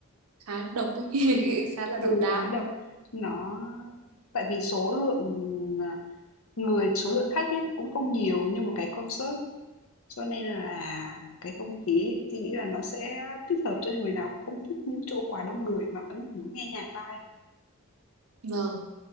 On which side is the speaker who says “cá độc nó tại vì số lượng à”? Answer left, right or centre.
Left